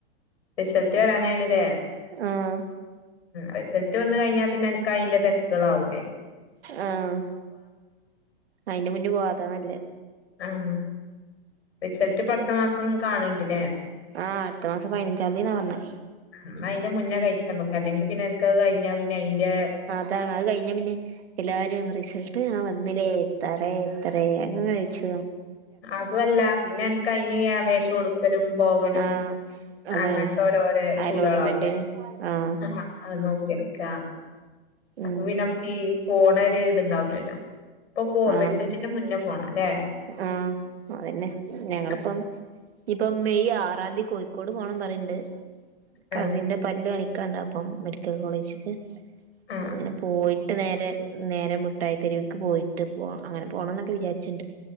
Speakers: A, on the left (about 85°); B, on the right (about 75°).
A: റിസൾട്ട് വരാനായിണ് ല്ലേ
B: ആഹ്
A: റിസൾട്ട് വന്നു കഴിഞ്ഞാ പിന്നെ അനക്ക് അതിന്റെ തിരക്കുകളാവുല്ലേ
B: ആഹ് അയിന്റെ മുന്നേ പോവാ അതാ നല്ലെ
A: ആഹ് റിസൾട്ട് പ്പ അടുത്ത മാസം ന് കാണ് ണുണ്ട്ല്ലേ
B: ആഹ് അടുത്തമാസം പതിനഞ്ചാം തീന്നാ പറഞ്ഞെ
A: ന്നാ അതിന്റെ മുന്നേ കഴിച്ച നമ്മക്ക് അല്ലെങ്കി പിന്നെ എനക്ക്ത് കഴിഞ്ഞാ പിന്നെ അയിന്റെ-
B: ഇതാണ് അത് കഴിഞ്ഞ പിന്നെ എല്ലാരും റിസൾട്ട് ആഹ് വന്നില്ലേ എത്ര എത്ര അങ്ങനെ ചോയ്ച്ചും
A: അതുവല്ല പിന്നെ അനക്ക് അതിന് അപേക്ഷ കൊടുക്കലും പോകലും
B: ആഹ് അതാണ്
A: അങ്ങനത്തെ ഓരോരോ ചൂടാളാവൂലേ
B: അലോട്ട്മെന്റിന് ആഹ്
A: ആ അത് നോക്കി എടുക്ക അപ്പോ
B: ഉം
A: പിന്നെ നമുക്ക് ഈ പോണ ഒരു ഇത്ണ്ടാവലല്ലോ ഇപ്പൊ പോ
B: ആഹ്
A: റിസൾട്ടിന്റെ മുന്നേ പോണംല്ലേ
B: ആഹ് അതന്നെ ഞങ്ങളിപ്പം
A: ആഹ്
B: ഇപ്പൊ മെയ് ആറാം തീ കോഴിക്കോട് പോണം പറയ്ണ്ട് കസിന്റെ-
A: ആഹ്
B: പല്ല് കാണിക്കാണ്ട് അപ്പം മെഡിക്കൽ കോളേജ്ക്ക്
A: ആഹ്
B: അങ്ങനെ പോയി ട്ട് നേരെ നേരെ മുട്ടായിത്തെരുവിക്ക് പോയിട്ട് പോ അങ്ങനെ പോണം എന്നൊക്കെ വിചാരിച്ചിണ്ട്